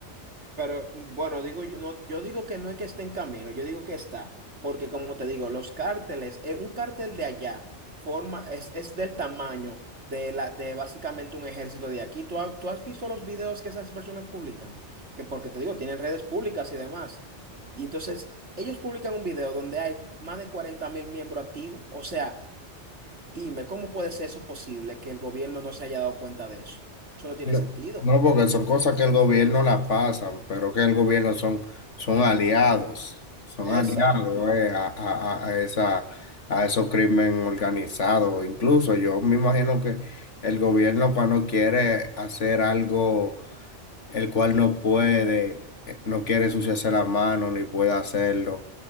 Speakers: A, on the right; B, on the left.
A: Pero bueno, digo yo, no, yo digo que no es que esté en camino, yo digo que está, porque como te digo, los cárteles, eh, un cártel de allá forma, es, es del tamaño de la, de básicamente un ejército de aquí. ¿Tú, ha- tú has visto los videos que esas personas publican? Que porque te digo, tienen redes públicas y demás. Y entonces, ellos publican un video donde hay más de cuarenta mil miembros activos. O sea, dime, ¿cómo puede ser eso posible que el gobierno no se haya dado cuenta de eso? Eso no tiene
B: No,
A: sentido.
B: no, porque son cosas que el gobierno la pasan, pero que el gobierno son, son aliados, son aliados
A: Exacto.
B: eh, a, a, a a esa, a esos crímenes organizados. Incluso yo me imagino que el gobierno cuando quiere hacer algo el cual no puede, eh, no quiere ensuciarse la mano ni puede hacerlo,